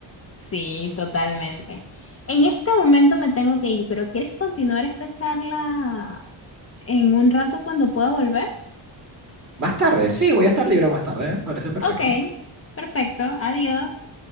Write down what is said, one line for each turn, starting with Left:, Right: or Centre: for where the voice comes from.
Left: sí, totalmente. En este momento me tengo que ir, pero ¿quieres continuar esta charla en un rato cuando pueda volver?
Right: Más tarde, sí, voy a estar libre más tarde, ¿eh? Parece perfecto.
Left: Ok, perfecto, adiós.